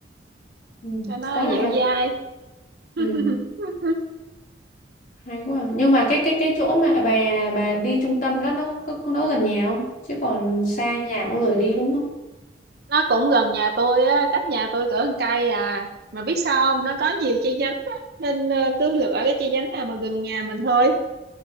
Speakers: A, on the left; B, on the right.
A: ừ,
B: cho nó
A: quá là
B: dẻo
A: healthy
B: dai <laughs>
A: ừ, hay quá à. nhưng mà cái cái cái chỗ mà bà bà đi trung tâm đó nó có- nó có gần nhà không chứ còn xa nhà cũng lười đi đúng không
B: nó cũng gần nhà tôi á cách nhà tôi cỡ một cây à mà biết sao không nó có nhiều chi nhánh á, nên ờ, cứ lựa cái chi nhánh nào mà gần nhà mình thôi